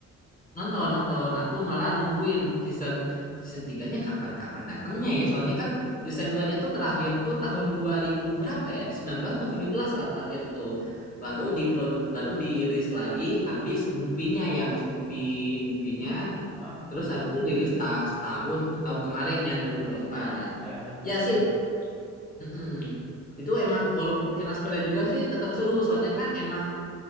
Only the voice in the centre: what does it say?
ah
iya yang season
3
tuh